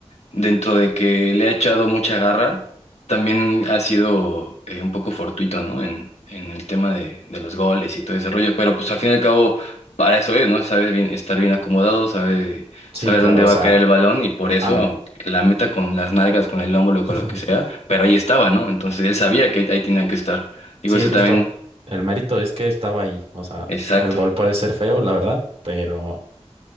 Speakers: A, on the left (about 80°); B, on the right (about 60°).
A: dentro de que le ha echado mucha garra, también ha sido eh, un poco fortuito, ¿no? En, en el tema de, de los goles y todo ese rollo. Pero pues al fin y al cabo, para eso es, ¿no? Sabe bien, estar bien acomodado, sabe,
B: Sí,
A: sabe
B: claro,
A: dónde
B: o
A: va
B: sea,
A: a caer el balón y por eso,
B: han-
A: aunque la meta con las nalgas, con el hombro, con
B: <laughs>
A: lo que sea, pero ahí estaba, ¿no? Entonces él sabía que ahí tenía que estar. Digo,
B: sí,
A: ese
B: justo.
A: también,
B: El mérito es que estaba ahí. O sea,
A: exacto.
B: el gol puede ser feo, la verdad, pero